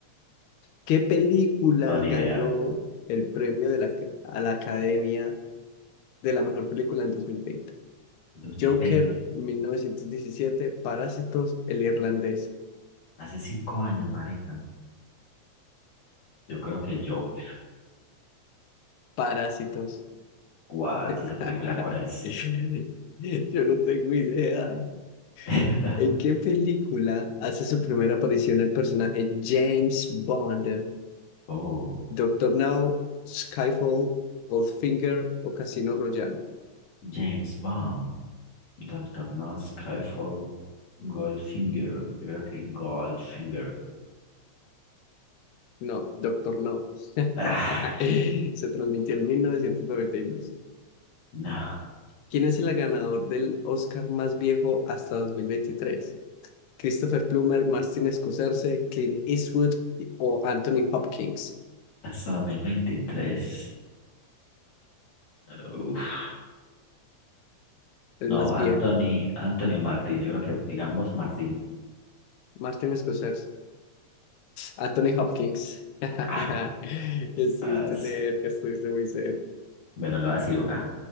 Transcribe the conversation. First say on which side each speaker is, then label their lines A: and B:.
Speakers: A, on the left; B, on the left.
A: ¿Qué película
B: no, ni
A: ganó
B: idea.
A: el premio de la, a la Academia de la mejor película en 2020?
B: Dos mil
A: Joker,
B: veinte,
A: 1917, Parásitos, El Irlandés.
B: hace cinco años, marica. Yo creo que Joker.
A: Parásitos.
B: What?
A: <laughs>
B: ¿Esa película cuál es?
A: Yo no tengo idea.
B: <laughs>
A: ¿En qué película hace su primera aparición el personaje James Bond?
B: Oh,
A: Doctor No, Skyfall, Goldfinger o Casino Royale.
B: James Bond, Doctor No, Skyfall, Goldfinger. Yo creo que Goldfinger.
A: No, Doctor No. <laughs>
B: Ah,
A: Se transmitió en 1992.
B: no,
A: ¿Quién es el ganador del Oscar más viejo hasta 2023? Christopher Plummer, Martin Scorsese, Clint Eastwood y- o Anthony Hopkins,
B: hasta 2023. Uf.
A: el
B: No,
A: más
B: Anthony,
A: viejo.
B: Anthony o Martín, yo creo que digamos Martín.
A: Martin Scorsese. Anthony Hopkins. <laughs>
B: Ah,
A: Estuviste
B: ah, sí.
A: cerca, estuviste muy cerca.
B: Bueno, le voy a decir una.